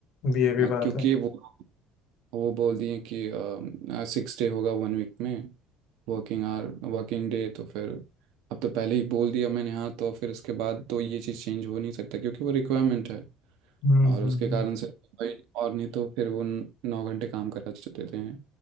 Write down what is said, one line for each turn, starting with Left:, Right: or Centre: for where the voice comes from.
Left: ये भी
Right: आ,
Left: बात
Right: क्योंकि
Left: है
Right: वो वो बोल दिए कि सिक्स डे होगा वन वीक में वर्किंग आवर वर्किंग डे तो फिर अब तो पहले ही बोल दिया मैंने हाँ तो फिर इसके बाद तो ये चीज़ चेंज हो नहीं सकता क्योंकि वो रिक्वायरमेंट है
Left: हम्म हम्म
Right: और उसके
Left: हम्म
Right: कारण से तो भाई और नहीं तो फिर वो न- नौ घंटे काम करा देते हैं